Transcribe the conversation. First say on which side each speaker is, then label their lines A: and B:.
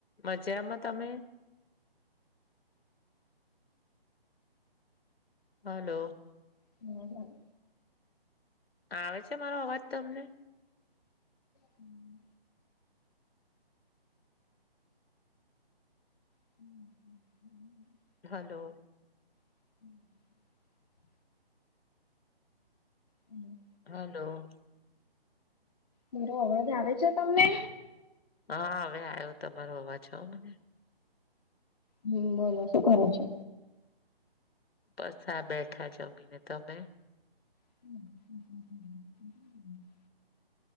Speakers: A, on the left; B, on the left.
A: મજામાં તમે? હલો.
B: હમ્મ.
A: આવે છે મારો અવાજ તો તમને?
B: હમ્મ. હમ્મ હ.
A: હલો.
B: હમ્મ. હમ્મ.
A: હલો.
B: મારો અવાજ આવે છે તમને
A: હા હવે આવ્યો તમારો અવાજ હા મને
B: હમ્મ બોલો શું કરો છો?
A: બસ આ બેઠા જમીને તમે?
B: <inaudible>